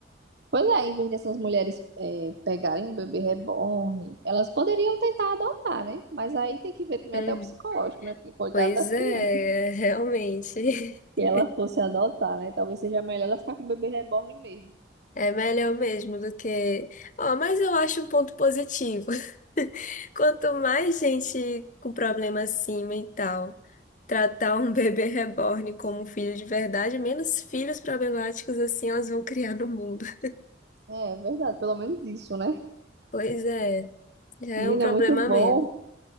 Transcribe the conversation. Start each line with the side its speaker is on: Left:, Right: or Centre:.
Right: Pois é, em vez dessas mulheres é, pegarem um bebê reborn, elas poderiam tentar adotar, né? Mas aí tem que ver também
Left: Hum,
Right: até o psicológico, né? Porque coitado
Left: Pois
Right: das
Left: é,
Right: crianças.
Left: é, realmente.
Right: que
Left: <laughs>
Right: ela fosse adotar, né? Talvez seja melhor ela ficar com o bebê reborn mesmo.
Left: É melhor mesmo do que. Ó, mas eu acho um ponto positivo. <laughs> Quanto mais gente com problema assim mental tratar um bebê reborn como um filho de verdade, menos filhos problemáticos assim elas vão criar no mundo. <laughs>
Right: É, é verdade, pelo menos isso, né?
Left: Pois é, já
Right: Menina,
Left: é um problema
Right: muito bom,
Left: a menos.